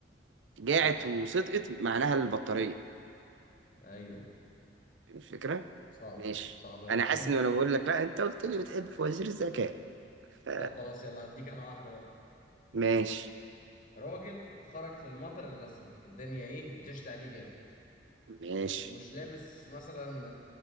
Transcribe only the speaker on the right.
جاعت
وصدقت معناها البطاريه
الفكره
ماشي
انا
حاسس ان انا بقول لك لا انت قلت لي بتحب فوازير الذكاء
ف
ماشي
ماشي